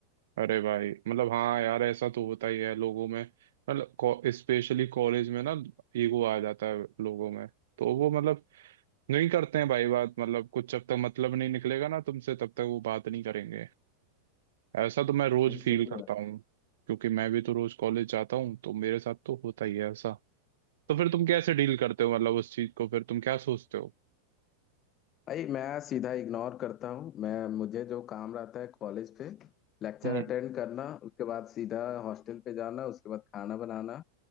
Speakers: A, on the right; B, on the left.
A: अरे भाई मतलब हाँ यार ऐसा तो होता ही है लोगों में मतलब स्पेशली कॉलेज में ना ईगो आ जाता है लोगों में तो वो मतलब नहीं करते हैं भाई बात मतलब कुछ जब तक मतलब नहीं निकलेगा ना तुमसे तब तक वो बात नहीं करेंगे ऐसा तो मैं रोज
B: भाई
A: फील
B: सही
A: करता
B: है
A: हूँ क्योंकि मैं भी तो रोज कॉलेज जाता हूँ तो मेरे साथ तो होता ही है ऐसा तो फिर तुम कैसे डील करते हो मतलब उस चीज को फिर तुम क्या सोचते हो
B: भाई मैं सीधा इग्नोर करता हूँ मैं मुझे जो काम रहता है कॉलेज पे लेक्चर
A: हम्म
B: अटेंड करना उसके बाद सीधा हॉस्टल पे जाना उसके बाद खाना बनाना